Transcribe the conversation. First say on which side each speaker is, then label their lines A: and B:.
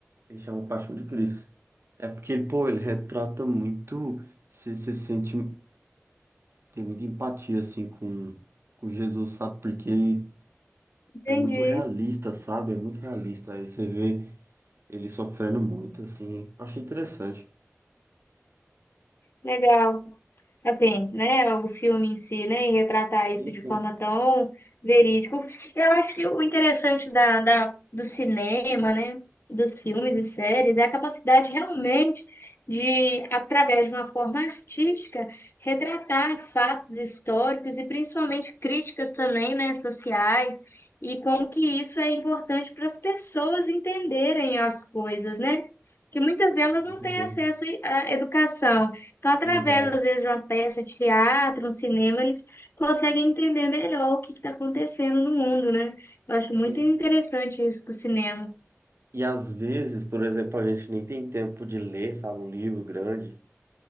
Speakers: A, on the right; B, on the left.
A: Ele chama Paixão de Cristo. É porque, ele, pô, ele retrata muito. Você se sente. Tem muita empatia, assim, com, com Jesus, sabe? Porque ele
B: Entendi.
A: é muito realista, sabe? É muito realista. Aí você vê ele sofrendo muito, assim. Achei interessante.
B: Legal. assim, né, o filme em si, né, e retratar isso
A: Sim,
B: de
A: sim.
B: forma tão verídica. Eu acho que o interessante da, da, do cinema, né, dos filmes e séries é a capacidade realmente de, através de uma forma artística, retratar fatos históricos e principalmente críticas também, né, sociais. E como que isso é importante para as pessoas entenderem as coisas, né? Que muitas delas
A: Com
B: não
A: certeza.
B: têm acesso à educação. Então, através,
A: Exato.
B: às vezes, de uma peça de teatro, um cinema, eles conseguem entender melhor o que está acontecendo no mundo, né? Eu acho muito
A: Sim.
B: interessante isso do cinema.
A: E às vezes, por exemplo, a gente nem tem tempo de ler, sabe? Um livro grande.